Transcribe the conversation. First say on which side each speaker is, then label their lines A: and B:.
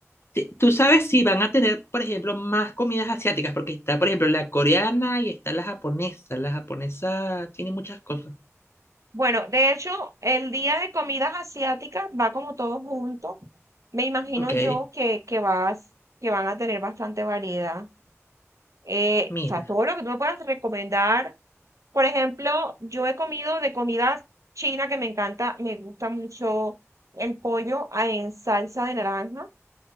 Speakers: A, on the left; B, on the right.
A: Te- Tú sabes si van a tener, por ejemplo, más comidas asiáticas, porque está, por ejemplo, la coreana y está la japonesa. La japonesa tiene muchas cosas.
B: Bueno, de hecho, el día de comidas asiáticas va como todo junto. Me imagino
A: Ok,
B: yo que, que vas, que van a tener bastante variedad. Eh,
A: mira.
B: o sea, todo lo que tú me puedas recomendar. Por ejemplo, yo he comido de comida china que me encanta, me gusta mucho el pollo a- en salsa de naranja,